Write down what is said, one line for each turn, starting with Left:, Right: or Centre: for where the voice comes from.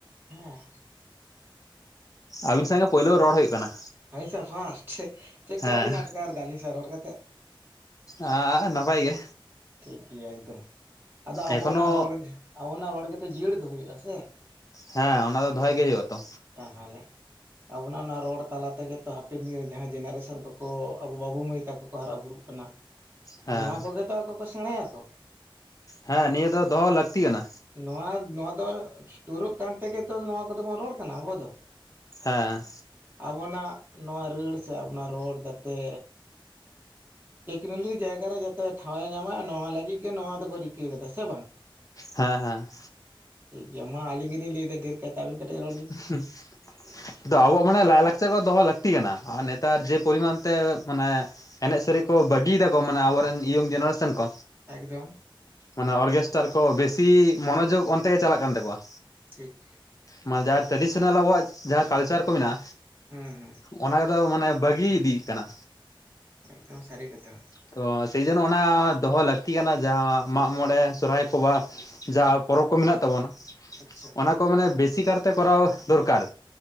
Right: ᱦᱮᱸ
Left: ᱟᱹᱵᱤᱱ ᱥᱟᱣ ᱜᱮ ᱯᱳᱭᱞᱳ ᱨᱚᱲ ᱦᱳᱭᱳᱜ ᱠᱟᱱᱟ
Right: ᱟᱹᱞᱤᱧ ᱥᱟᱜ ᱯᱷᱟᱥᱴ ᱪᱮᱜᱠᱟ
Left: ᱦᱮᱸ
Right: ᱵᱤᱱ ᱟᱴᱠᱟᱨ ᱫᱟ ᱟᱞᱤᱧ ᱥᱟᱜ ᱨᱚᱲ ᱠᱟᱛᱮᱜ?
Left: ᱟ ᱱᱟᱯᱟᱭ ᱜᱮ
Right: ᱴᱷᱤᱠ ᱜᱮᱭᱟ ᱮᱠᱫᱚᱢ ᱟᱫᱚ ᱟᱵᱚᱱᱟᱜ
Left: ᱮᱠᱷᱚᱱᱳ
Right: ᱨᱚᱲ ᱟᱵᱚᱱᱟᱜ ᱨᱚᱲ ᱜᱮᱛᱚ ᱡᱤᱭᱟᱹᱲ ᱫᱚᱦᱚᱭ ᱦᱩᱭᱩᱜᱼᱟ ᱥᱮ
Left: ᱦᱮᱸ ᱚᱱᱟ ᱫᱚ ᱫᱚᱦᱚᱭ ᱜᱮ ᱦᱳᱭᱩᱜ ᱟᱛᱚ
Right: ᱛᱟᱦᱟᱞᱮ ᱟᱵᱚᱱᱟᱜ ᱱᱚᱣᱟ ᱨᱚᱲ ᱛᱟᱞᱟ ᱛᱮᱜᱮ ᱛᱚ ᱦᱟᱯᱮᱱ ᱫᱤᱱᱨᱮ ᱡᱟᱦᱟᱸᱭ ᱡᱮᱱᱟᱨᱮᱥᱚᱱ ᱠᱚᱠᱚ ᱟᱵᱚ ᱵᱟᱹᱵᱩ ᱢᱟᱹᱭ ᱛᱟᱠᱚ ᱠᱚ ᱦᱟᱨᱟ ᱵᱩᱨᱩᱜ ᱠᱟᱱᱟ
Left: ᱦᱮᱸ
Right: ᱱᱚᱣᱟ ᱠᱚᱜᱮ ᱛᱚ ᱟᱠᱚ ᱠᱚ ᱥᱮᱸᱲᱟᱭᱟ ᱠᱚ
Left: ᱦᱮᱸ ᱱᱤᱭᱟᱹ ᱫᱚ ᱫᱚᱦᱚ ᱞᱟᱹᱠᱛᱤ ᱠᱟᱱᱟ
Right: ᱱᱚᱣᱟ ᱱᱚᱣᱟ ᱫᱚ ᱳᱥᱴᱳᱨᱚᱜ ᱠᱟᱱ ᱛᱮᱜᱮ ᱛᱚ ᱱᱚᱣᱟ ᱠᱚᱫᱚ ᱵᱚᱱ ᱨᱚᱲ ᱠᱟᱱᱟ ᱟᱵᱚ ᱫᱚ
Left: ᱦᱮᱸ
Right: ᱟᱵᱚᱱᱟᱜ ᱱᱚᱣᱟ ᱨᱟᱹᱲ ᱥᱮ ᱟᱵᱚᱱᱟᱜ ᱨᱚᱲ ᱡᱟᱛᱮ ᱴᱮᱠᱱᱳᱞᱤ ᱡᱟᱭᱜᱟ ᱨᱮ ᱡᱟᱛᱮ ᱴᱷᱟᱶ ᱮ ᱧᱟᱢ ᱢᱟ ᱱᱚᱣᱟ ᱞᱟᱹᱜᱤᱫ ᱜᱮ ᱱᱚᱣᱟ ᱫᱚᱠᱚ ᱨᱤᱠᱟᱹ ᱠᱟᱫᱟ ᱥᱮ ᱵᱟᱝ
Left: ᱦᱮᱸ ᱦᱮᱸ
Right: ᱴᱷᱤᱠ ᱜᱮᱭᱟ ᱢᱟ ᱟᱞᱤᱧ ᱜᱮᱞᱤᱧ ᱞᱟᱹᱭᱮᱫᱟ ᱰᱷᱮᱨ <unintelligible> ᱟᱵᱤᱱ ᱠᱟᱹᱴᱤᱡ ᱨᱚᱲ ᱵᱤᱱ
Left: ᱦᱩᱸ ᱟᱫᱚ ᱟᱵᱚᱣᱟᱜ ᱢᱟᱱᱮ ᱞᱟᱭᱼᱞᱟᱠᱪᱟᱨ ᱫᱚ ᱫᱚᱦᱚ ᱞᱟᱹᱠᱛᱤ ᱠᱟᱱᱟ ᱟᱨ ᱱᱮᱛᱟᱨ ᱡᱮ ᱯᱚᱨᱤᱢᱟᱱ ᱛᱮ ᱢᱟᱱᱮ ᱮᱱᱮᱡ ᱥᱮᱨᱮᱧ ᱠᱚ ᱵᱟᱹᱜᱤᱭᱮᱫᱟ ᱠᱚ ᱢᱟᱱᱮ ᱟᱵᱚᱨᱮᱱ ᱤᱭᱚᱝ ᱡᱮᱱᱟᱨᱮᱥᱚᱱ ᱠᱚ
Right: ᱮᱠᱫᱚᱢ
Left: ᱢᱟᱱᱮ ᱚᱨᱜᱮᱥᱴᱟᱨ ᱠᱚ ᱵᱮᱥᱤ ᱢᱚᱱᱚᱡᱳᱜᱽ ᱚᱱᱛᱮ ᱜᱮ ᱪᱟᱞᱟᱜ ᱠᱟᱱ ᱛᱟᱠᱚᱣᱟ
Right: ᱴᱷᱤᱠ
Left: ᱢᱟᱱᱮ ᱡᱟᱦᱟᱸ ᱴᱨᱟᱰᱤᱥᱚᱱᱟᱞ ᱟᱵᱚᱣᱟᱜ ᱡᱟᱦᱟᱸ ᱠᱟᱞᱪᱟᱨ ᱠᱚ ᱢᱮᱱᱟᱜᱼᱟ
Right: ᱦᱩᱸ ᱦᱩᱸ
Left: ᱚᱱᱟ ᱫᱚ ᱢᱟᱱᱮ ᱵᱟᱹᱜᱤ ᱤᱫᱤᱜ ᱠᱟᱱᱟ
Right: ᱮᱠᱫᱚᱢ ᱥᱟᱨᱤ ᱠᱟᱛᱷᱟ
Left: ᱛᱚ ᱥᱤᱡᱤᱱ ᱚᱱᱟ ᱫᱚᱦᱚ ᱞᱟᱹᱠᱛᱤ ᱠᱟᱱᱟ ᱡᱟᱦᱟᱸ ᱢᱟᱜ ᱢᱚᱬᱮ ᱥᱚᱨᱦᱟᱭ ᱠᱚ ᱵᱟ ᱡᱟ ᱯᱚᱨᱚᱵᱽ ᱠᱚ ᱢᱮᱱᱟᱜ ᱛᱟᱵᱚᱱᱟ
Right: ᱟᱪᱪᱷᱟ
Left: ᱚᱱᱟ ᱠᱚ ᱢᱟᱱᱮ ᱵᱮᱥᱤ ᱠᱟᱨᱛᱮ ᱠᱚᱨᱟᱣ ᱫᱚᱨᱠᱟᱨ